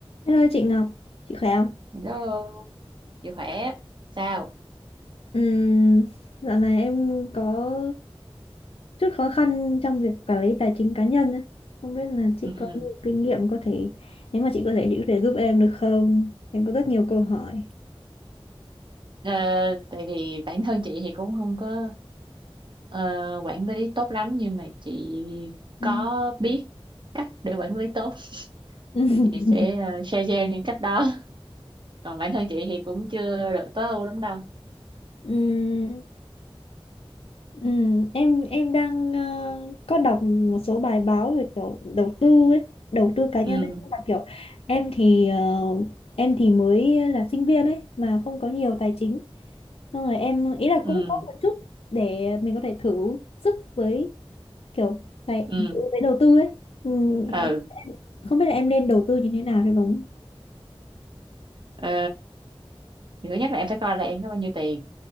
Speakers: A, on the left; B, on the right.
A: Hello chị Ngọc, chị khỏe không?
B: Hello, chị khỏe sao?
A: Ừm, dạo này em có chút khó khăn trong việc quản lý tài chính cá nhân á. Không biết là chị
B: Ừ.
A: có nhiều kinh nghiệm có thể, nếu mà chị có thể chị có thể giúp em được không? Em có rất nhiều câu hỏi.
B: Ờ, tại vì bản thân chị thì cũng không có ờ, quản lý tốt lắm nhưng mà chị
A: Ừm.
B: có biết cách để quản lý tốt
A: <laughs>
B: thì chị sẽ ờ, share cho em những cách đó. <laughs> Còn bản thân chị thì cũng chưa được tối ưu lắm đâu.
A: Ừm, ừm, em em đang ờ, có đọc một số bài báo về kiểu đầu tư ấy, đầu tư cá nhân
B: Ừ,
A: ấy, nhưng mà kiểu em thì ờ, em thì mới là sinh viên ấy mà không có nhiều tài chính Xong rồi em ý là
B: ừ,
A: cũng có một chút để mình có thể thử sức với kiểu tài
B: ừ,
A: với đầu tư ấy. Ừ,
B: ừ.
A: em không biết là em nên đầu tư như thế nào cho đúng.
B: Ờ, thì thứ nhất là em phải coi là em có bao nhiêu tiền,